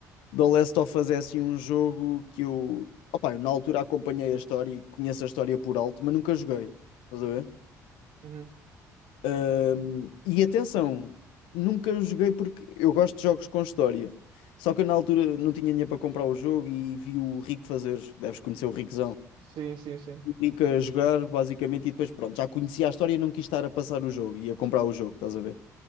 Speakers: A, on the left; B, on the right.
A: The Last of Us é assim um jogo que eu, opá, eu na altura acompanhei a história e conheço a história por alto, mas nunca joguei, estás a ver?
B: Uhum.
A: Um, e atenção, nunca joguei porque eu gosto de jogos com história. Só que eu na altura não tinha dinheiro para comprar o jogo e vi o Rico fazer. Deves conhecer o Riquezão.
B: Sim, sim, sim.
A: fica a jogar, basicamente, e depois, pronto, já conhecia a história e não quis estar a passar o jogo e a comprar o jogo, estás a ver?